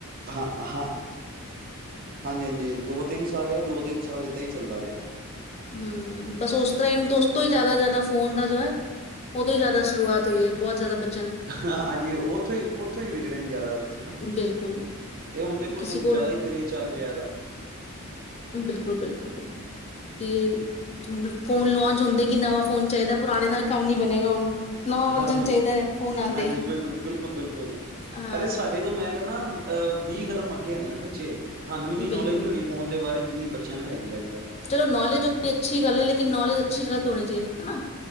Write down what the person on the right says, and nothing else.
ਹਾਂ, ਹਾਂ ਹਾਂਜੀ-ਹਾਂਜੀ ਦੋ ਤਿੰਨ ਸਾਲ ਰਹੀਆ ਦੋ ਤਿੰਨ ਸਾਲ ਏਦਾਂ ਹੀ ਚੱਲਦਾ ਰਿਹਾ।
ਹਾਂਜੀ ਉੱਥੋਂ ਹੀ ਉੱਥੋਂ ਹੀ ਵਿਗੜੇ ਨੇ ਜ਼ਿਆਦਾ ਬੱਚੇ ਨਾ
ਤੇ ਹੁਣ ਤੇ
ਕੋ
ਜ਼ਿਆਦਾ
ਹੀ ਕਰੇਜ ਚੱਲ ਪਿਆ ਇਹਦਾ।
ਹਾਂਜੀ-ਹਾਂਜੀ
ਬਿਲਕੁਲ-ਬਿਲਕੁਲ
ਅਰੇ ਸਾਡੇ ਤੋਂ ਮੈਂ ਕਹਿਣਾ ਅਹ ਵੀਹ ਕਦਮ ਅੱਗੇ ਹੈਗੇ ਨੇ ਬੱਚੇ। ਸਾਨੂੰ ਇੰਨੀ
ਨੌਲੇਜ ਨਹੀਂ ਹੋਣੀ ਫੋਨ ਦੇ ਬਾਰੇ ਜਿੰਨੀ ਬੱਚਿਆਂ ਨੂੰ ਹੈਗੀ ਅੱਜ ਕੱਲ੍ਹ।